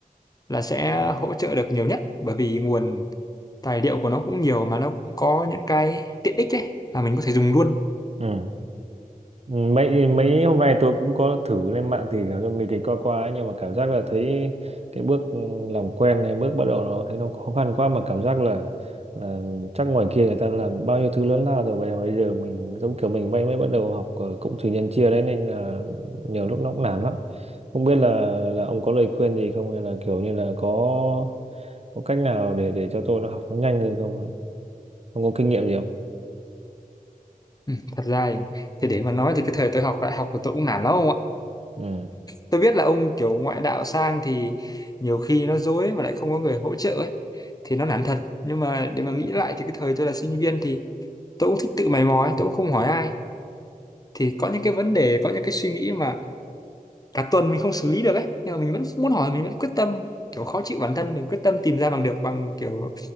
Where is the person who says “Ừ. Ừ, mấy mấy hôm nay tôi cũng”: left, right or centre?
Right